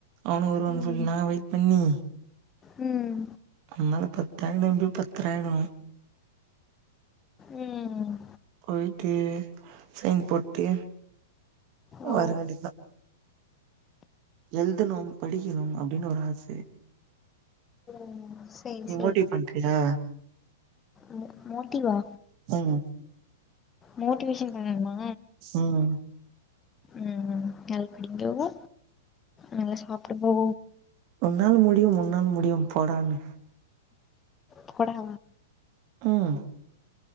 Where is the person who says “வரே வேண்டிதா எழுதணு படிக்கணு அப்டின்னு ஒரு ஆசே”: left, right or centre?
Right